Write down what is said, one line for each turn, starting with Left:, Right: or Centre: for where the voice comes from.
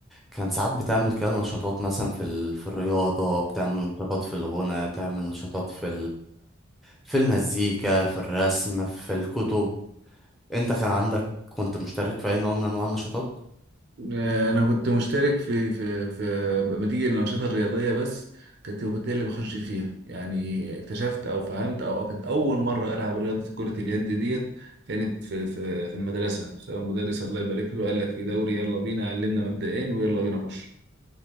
Centre: كان ساعات بتعمل كده نشاطات مثلا في ال... في الرياضة بتعمل نشاطات في الغنى تعمل نشاطات في في المزيكا في الرسم في الكتب انت كان عندك كنت مشترك في اي نوع من انواع النشاطات
Right: انا كنت مشترك في في في بنتيجة الانشطه الرياضيه بس كنت كنت اللي بخش فيها يعني اكتشفت او فهمت او أو كانت اول مره العب رياضه كره اليد ديت كانت في في في المدرسه سواء مدرس الله يبارك له قال لك في دوري يلا بينا علمنا مبدئين ويلا بينا خش